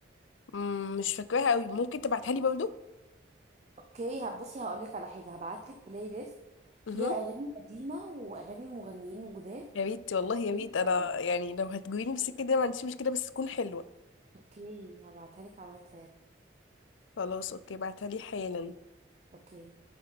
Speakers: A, on the left (about 85°); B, on the right (about 35°).
A: مم، مش فاكراها قوي ممكن تبعتها لي برضو
B: اوكي هبصي هقولك على حاجه هبعتلك بلاي ليست
A: مهم.
B: فيها اغاني قديمه واغاني المغنيين الجداد
A: يا ريت والله
B: هتعجبك
A: يا ريت انا
B: قوي
A: يعني لو هتجويني بالسكه دي أنا ما عنديش مشكله بس تكون حلوه
B: اوكي هبعتها لك على الواتساب
A: خلاص اوكي بعتها لي حالا
B: اوكي